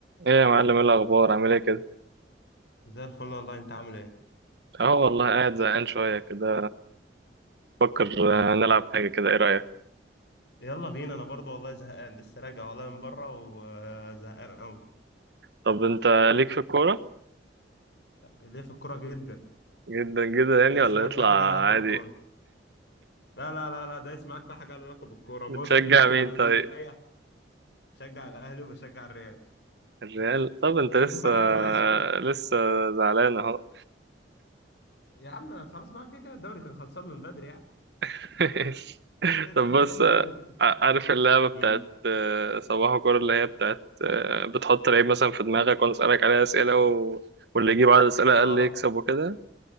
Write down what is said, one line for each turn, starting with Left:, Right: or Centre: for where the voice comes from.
Right: ايه يا معلم ايه الاخبار عامل ايه كده
Left: زي الفل والله انت عامل ايه
Right: اهو والله قاعد زهقان شويه كده بفكر آه، نلعب حاجه كده ايه رايك
Left: يلا بينا انا برضو والله زهقان لسه راجع والله من بره وزهقان قوي
Right: طب انت ليك في الكوره
Left: ليه في الكوره جدا
Right: جدا جدا يعني
Left: دايس
Right: ولا
Left: معاك
Right: يطلع
Left: في حاجه لها علاقه
Right: عادي
Left: بالكوره لا لا لا لا دايس معاك في حاجه لها علاقه بالكوره
Right: بتشجع
Left: مصري محلي
Right: <laughs> مين طيب
Left: اي شجع الاهلي وبشجع الريال
Right: الريال طب انت
Left: ومتفرج
Right: لسه
Left: كويس برضو
Right: لسه زعلان اهو
Left: يا عم خلاص بقى كده كده الدوري كان خلصان من بدري يعني
Right: <laughs>
Left: كده كده الدوري
Right: طب بص
Left: خلصان
Right: آه،
Left: من بدري <laughs> مفيش
Right: عارف
Left: حاجه أمل.
Right: اللعبه بتاعت
Left: امم
Right: آه، صباح الكوره اللي هي بتاعت آه، بتحط لعيب مثلا في دماغك وانا اسالك عليها اسئله و... واللي يجيب عدد اسئله
Left: اه
Right: اقل يكسب وكده